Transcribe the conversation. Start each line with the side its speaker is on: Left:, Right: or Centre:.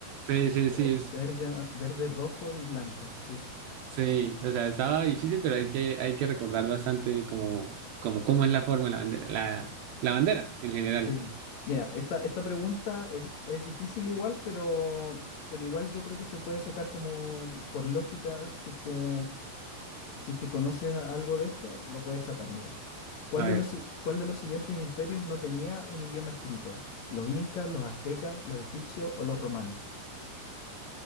Right: Sí, sí,
Left: ve-
Right: sí, es,
Left: Verde, verde, rojo y blanco, sí.
Right: sí. O sea, estaba difícil, pero hay que, hay que recordar bastante como, como, cómo es la forma de la bandera, la, la bandera en general.
Left: Sí, po. Mira, esta, esta pregunta es, es difícil igual, pero, pero igual yo creo que se puede sacar como por lógica, si es que, si es que conoces a- algo de esto, lo puedes sacar, mira. ¿Cuál
Right: A
Left: de
Right: ver,
Left: los, si- cuál de los siguientes imperios no tenía un idioma escrito? ¿Los incas, los aztecas, los egipcios o los romanos?